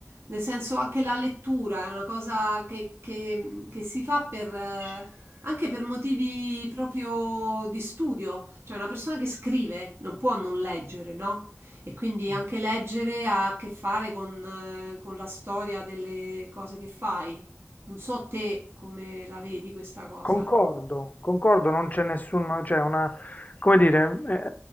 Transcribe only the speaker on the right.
Nel senso anche la lettura è una cosa che che mhmm, che si fa per eh, anche per motivi proprio di studio. Cioè una persona che scrive non può non leggere, no? E quindi anche leggere ha a che fare con, eh, con la storia delle cose che fai. Non so te come la vedi questa cosa.